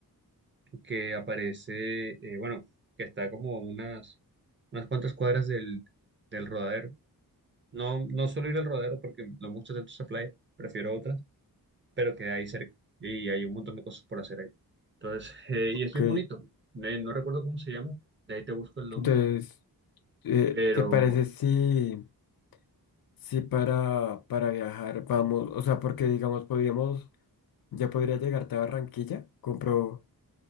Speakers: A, on the right; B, on the left.
A: que aparece, eh, bueno, que está como a unas, unas cuantas cuadras del, del Rodadero. No, no suelo ir al Rodadero porque no me gusta tanto esa playa, prefiero otras. pero queda ahí cerca y hay un montón de cosas por hacer ahí. Entonces, eh,
B: Ok,
A: y es bien bonito. Eh, no recuerdo cómo se llama, de ahí te busco el
B: entonces,
A: nombre,
B: eh,
A: pero...
B: ¿te parece si... Si para, para viajar vamos, o sea, porque digamos, podríamos, ya podría llegarte a Barranquilla, compro,